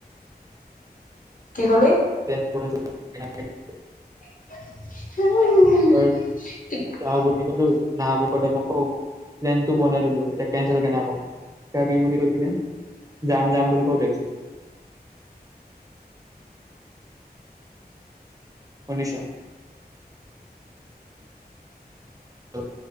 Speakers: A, on the left; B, on the right.
A: কি কলি?
B: <unintelligible>
A: উ'
B: তই যাওঁ বুলি ক'লো না বুলি কলে মই কওঁ প্লেনটো বনাই দিলো এতিয়া কেনচেল কেনে কম কি বুলি কৈ কিনে যাম -যাম বুলি কওঁ দেখিছিল শুনিছোঁ। অ